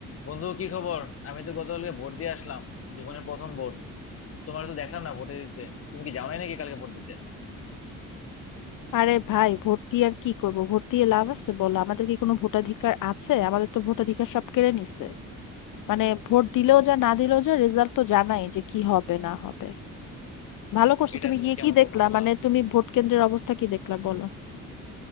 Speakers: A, on the left (about 45°); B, on the left (about 80°).
A: বন্ধু কি খবর আমি তো গতকালকে ভোট দিয়ে আসলাম জীবনের প্রথম ভোট তোমার তো দেখলাম না ভোটে দিতে তুমি কি যাও নাই নাকি কালকে ভোট দিতে
B: আরে ভাই ভোট দিয়ে আর কি করব ভোট দিয়ে লাভ আছে বলো আমাদের কি কোনো ভোটাধিকার আছে আমাদের তো ভোটাধিকার সব কেড়ে নিছে মানে ভোট দিলেও যা না দিলেও যা রেজাল্ট তো জানাই যে কি হবে না হবে ভালো করছো
A: এটা
B: তুমি
A: তুমি
B: গিয়ে
A: কেমন
B: কি দেখলা
A: কথা বললা
B: মানে তুমি ভোট কেন্দ্রের অবস্থা কি দেখলা বলো